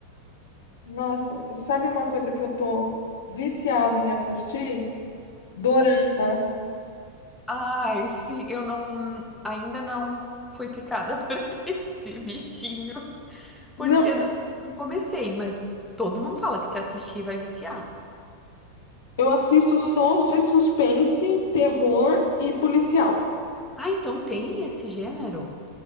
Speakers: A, on the left; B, in the centre.
A: Nossa, sabe uma coisa que eu tô viciada em assistir? Dorama.
B: Ai, sim, eu não, ainda não fui picada <laughs> por esse bichinho, porque
A: Não,
B: não, não comecei, mas todo mundo fala que se assistir vai viciar.
A: eu assisto sons de suspense, terror e policial.
B: Ah, então tem esse gênero?